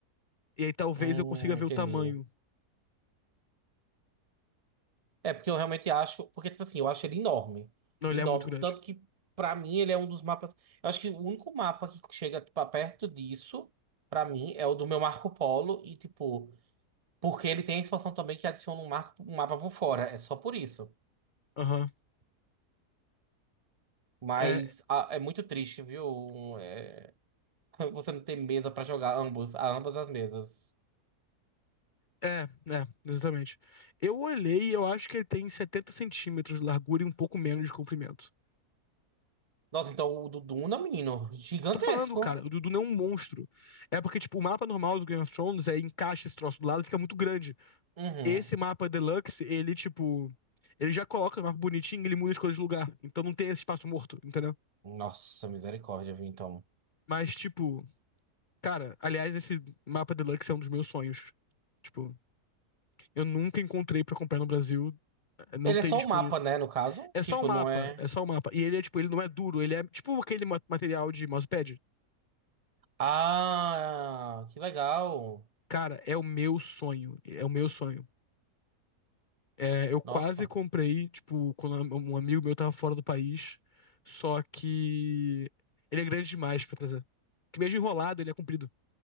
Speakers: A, on the left; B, on the right.
A: E aí talvez
B: Hum,
A: eu consiga ver
B: entendi.
A: o tamanho.
B: É, porque eu realmente acho. Porque, tipo assim, eu acho ele enorme.
A: Não,
B: Enorme.
A: ele é muito grande.
B: Tanto que, pra mim, ele é um dos mapas. Eu acho que o único mapa que chega, tipo, a perto disso, pra mim, é o do meu Marco Polo. E, tipo, porque ele tem a expansão também que adiciona um, marco, um mapa por fora. É só por isso.
A: Aham.
B: Mas
A: É,
B: ah, é muito triste, viu? É, <laughs> Você não tem mesa pra jogar ambos, a ambas as mesas.
A: é, é, exatamente. Eu olhei e eu acho que ele tem 70 centímetros de largura e um pouco menos de comprimento.
B: Nossa, então o do Duna, menino, gigantesco.
A: Tô falando, cara, o Dudu não é um monstro. É porque, tipo, o mapa normal do Game of Thrones é encaixa esse troço do lado, e fica muito grande.
B: Uhum.
A: Esse mapa Deluxe, ele, tipo, ele já coloca o mapa bonitinho, e ele muda as coisas de lugar. Então não tem esse espaço morto, entendeu?
B: Nossa, misericórdia, viu, então.
A: Mas, tipo, cara, aliás, esse mapa Deluxe é um dos meus sonhos. Tipo, eu nunca encontrei pra comprar no Brasil, não
B: Ele
A: tem
B: é só
A: disponível.
B: o mapa, né, no caso?
A: É só
B: Tipo,
A: o mapa,
B: não é.
A: é só o mapa. E ele é, tipo, ele não é duro, ele é tipo aquele ma- material de mousepad.
B: Ah, que legal.
A: Cara, é o meu sonho, é o meu sonho. É, eu quase
B: Nossa.
A: comprei, tipo, quando um amigo meu tava fora do país, só que ele é grande demais pra trazer. Que mesmo enrolado, ele é comprido.